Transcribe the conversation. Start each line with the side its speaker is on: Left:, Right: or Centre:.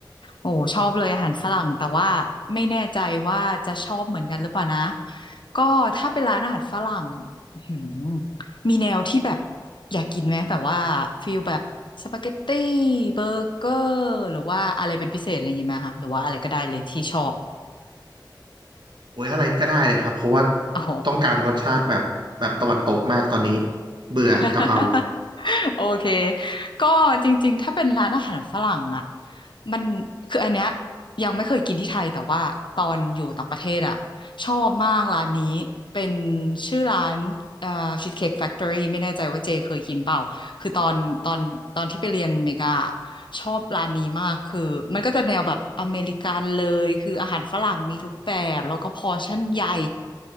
Left: โอ้ชอบเลยอาหารฝรั่งแต่ว่าไม่แน่ใจว่าจะชอบเหมือนกันหรือเปล่านะก็ถ้าเป็นร้านอาหารฝรั่งอื้อหือมีแนวที่แบบอยากกินไหมแบบว่าฟิลแบบสปาเกตตี้เบอร์เกอร์หรือว่าอะไรเป็นพิเศษอะไรอย่างงี้ไหมคะหรือว่าอะไรก็ได้เลยที่ชอบ
Right: โอ้ยอะไรก็ได้เลยครับ เพราะว่า
Left: อ๋อ
Right: ต้องการรสชาติแบบแบบตะวันตกมากตอนนี้เบื่อกะเพรา
Left: <laughs> โอเค ก็จริงๆ ถ้าเป็นร้านอาหารฝรั่งอ่ะมันคืออันเนี้ยยังไม่เคยกินที่ไทยแต่ว่าตอนอยู่ต่างประเทศอ่ะชอบมากร้านนี้เป็นชื่อร้านเอ่อชีสเค้กแฟคทอรี่ไม่แน่ใจว่าเจเคยกินเปล่าคือตอนตอนตอนที่ไปเรียนอเมริกาอะชอบร้านนี้มากคือมันก็จะแนวแบบอเมริกันเลยคืออาหารฝรั่งมีทุกแบบแล้วก็พอร์ชั่นใหญ่